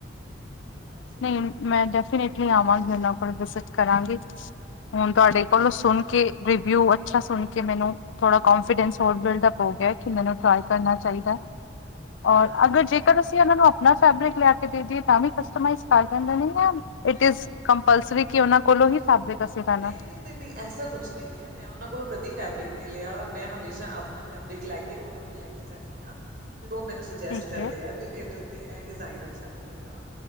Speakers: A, on the right (about 50°); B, on the left (about 85°).
A: ਔਰ ਅੱਛੇ
B: ਨਈ ਮੈਂ ਡੈਫੀਨੇਟਲੀ ਆਵਾਂਗੀ ਓਨਾਂ ਕੋਲ ਵਿਜਿਟ ਕਰਾਂਗੀ ਹੁਨ ਤੁਆਡੇ
A: ਜ਼ਰੂਰ
B: ਕੋਲੋਂ ਸੋਨ ਕੇ ਰਿਵਿਊ ਅੱਛਾ ਸੁਨ ਕੇ ਮੈਨੂੰ ਥੋੜਾ ਕੋਂਫੀਡੈਂਸ ਹੋਰ ਬਿਲਡਪ ਹੋ ਗਿਆ ਕਿ ਮੈਨੂੰ ਟਰਾਏ ਕਰਨਾ ਚਾਈਦਾ <unintelligible> ਓਰ
A: ਹਾਂਜੀ
B: ਅਗਰ ਜੇਕਰ ਅਸੀਂ ਓਨਾਂ ਨੂੰ ਆਪਨਾ ਫੈਬਰਿਕ ਲਿਆ ਕੇ ਦੇ ਦੇਈਏ ਤਾਂ ਵੀ ਕਸਟਮਾਈਜ਼ ਕਰ ਦੇਂਦੇ ਨੇ <unintelligible> ਇਟ
A: ਬਿਲਕੁਲ
B: ਇਜ਼ ਕੰਪਲਸਰੀ ਕਿ ਓਨਾਂ ਕੋਲੋਂ ਹੀ ਫੈਬਰਿਕ ਅਸੀਂ ਲੈਣਾ
A: ਨਈ, ਨਈ, ਨਈ, ਨਈ, ਐਸਾ ਕੁਛ ਨਈ ਐ, ਮੈਂ ਓਨਾਂ ਕੋਲੋਂ ਕਦੀ ਫੈਬਰਿਕ ਨੀ ਲੇਆ ਮੈਂ ਹਮੇਸ਼ਾ ਆਪਨਾ ਫੈਬਰਿਕ ਲੈ ਕੇ ਓਨਾਂ ਕੋਲ ਲੈ ਕੇ ਜਾਨੀ ਆਂ ਫਿਰ ਓ ਮੈਨੂੰ ਸੁਜੈਸਟ
B: ਠੀਕ
A: ਕਰਦੇ
B: ਹੈ
A: ਆ ਵੀ ਏਹਦੇ ਉੱਤੇ ਏਹ ਡਿਜ਼ਾਇਨ ਅੱਛਾ ਲੱਗੇਗਾ।